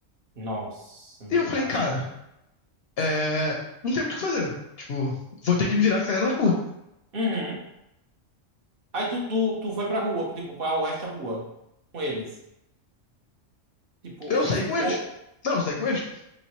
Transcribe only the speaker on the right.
Nossa, meu
pai.
Uhum. Aí tu, tu, tu foi pra rua, tipo, pra o resto da rua com eles. Tipo, ou
tu ficou.